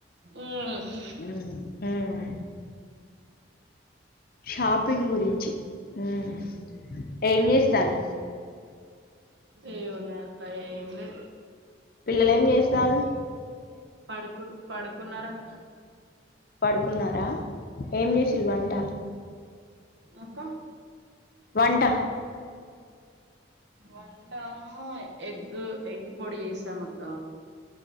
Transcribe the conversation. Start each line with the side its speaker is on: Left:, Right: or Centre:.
Right: ఏమున్నది
Left: ఉమ్ షాపింగ్ గురించి ఉమ్ ఏం చేస్తాన్
Right: ఏం ఉన్నాయక్క ఏం లె
Left: పిల్లలు ఏం చేస్థానృ
Right: పడుకున్ పడుకున్నార అక్క
Left: పడుకున్నారా ఏం చేసిల్లు వంట
Right: అక్క
Left: వంట
Right: వంటా ఎగ్ ఎగ్ పొడి ఏసాం అక్క